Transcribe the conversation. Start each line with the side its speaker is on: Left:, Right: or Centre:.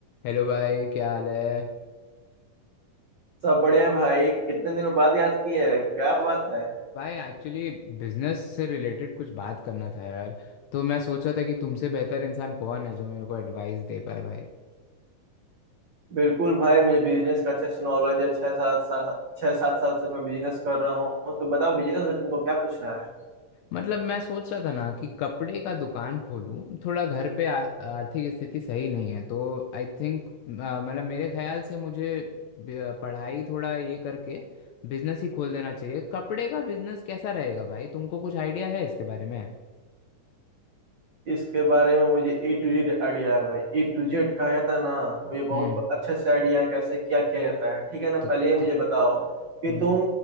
Left: Hello भाई क्या हाल है
Right: सब बढ़िया भाई कितने दिनों बाद याद किए है क्या बात है
Left: भाई एक्चुअली बिजनेस से रिलेटेड कुछ बात करना था यार तो मैं सोच रहा था कि तुमसे बेहतर इंसान कौन है जो मेरे को एडवाइस दे पाए भाई
Right: बिल्कुल भाई मुझे बिजनेस का अच्छा सा नॉलेज है छह सात सात छह सात साल से मैं बिजनेस कर रहा हूँ तो बताओ बिजनेस में तुमको क्या पूछना है
Left: मतलब मैं सोच रहा था ना कि कपड़े का दुकान खोलूं थोड़ा घर पे आ, आर्थिक स्थिति सही नहीं है तो आई थिंक मतलब मेरे ख्याल से मुझे ब- अ, पढ़ाई थोड़ा ये करके बिजनेस ही खोल देना चाहिए कपड़े का बिजनेस कैसा रहेगा भाई तुमको कुछ आइडिया है इसके बारे में
Right: इसके बारे में मुझे ए टू जेड आइडिया है भाई ए टू जेड कहा जाता है ना मुझे बहुत
Left: हम्म
Right: अच्छे से आइडिया है कैसे क्या किया जाता है ठीक है ना पहले
Left: तो,
Right: ये मुझे
Left: तो
Right: बताओ कि
Left: हम्म
Right: तुम